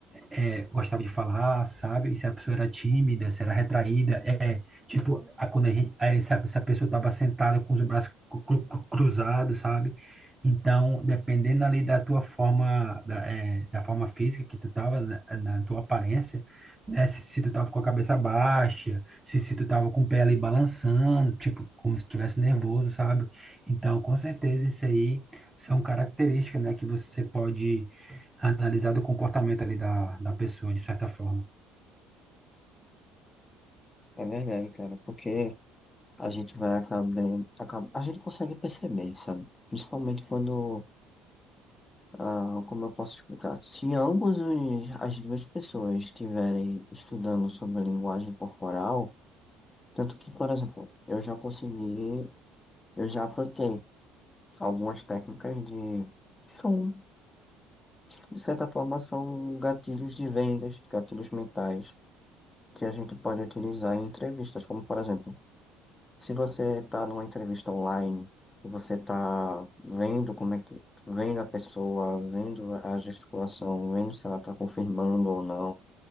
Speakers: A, on the right; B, on the left.
A: é, gostava de falar, sabe? Se a pessoa era tímida, se era retraída. É, tipo, a, quando a gente, aí se, a, se a pessoa estava sentada com os braços cru- cru- cru- cruzados, sabe? Então, dependendo ali da tua forma, da, é, da forma física que tu tava, na, na tua aparência, né? Se, se tu tava com a cabeça baixa, se, se tu tava com o pé ali balançando, tipo, como se estivesse nervoso, sabe? Então, com certeza, isso aí são características, né, que você pode analisar do comportamento ali da, da pessoa, de certa forma.
B: É verdade, cara, porque a gente vai acabar, acaba, a gente consegue perceber, sabe? Principalmente quando, ah, como eu posso explicar, se ambos os, as duas pessoas estiverem estudando sobre a linguagem corporal, tanto que, por exemplo, eu já consegui, eu já apliquei algumas técnicas de são, de certa forma, são gatilhos de vendas, gatilhos mentais que a gente pode utilizar em entrevistas, como por exemplo, se você está numa entrevista online e você está vendo como é que, vendo a pessoa, vendo a gesticulação, vendo se ela está confirmando ou não